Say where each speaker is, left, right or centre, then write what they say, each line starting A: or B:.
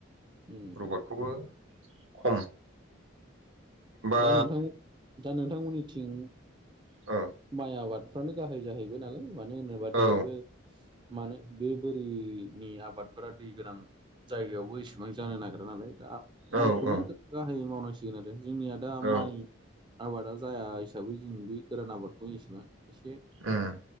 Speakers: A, on the right (about 25°); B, on the right (about 75°).
A: उम
B: रबटखौबो खम बा
A: दा नोंथां दा नोंथांमोननिथिं
B: औ
A: माइ आबाद फ्रानो गाहाय जाहैबाय नालाय मानो होनोबा दैयाबो
B: औ
A: मानो बे बोरि नि आबादफोरा दै गोनां जायगायावबो एसेबां जानो नागेरा नालाय। दा माइखौनो
B: औ औ
A: गाहायै मावनांसिगोन आरो जोंनिया दा
B: औ
A: माइ। आबादा जाया हिसाबै जों बे गोरान आबादखौ एसेबां एसे
B: उम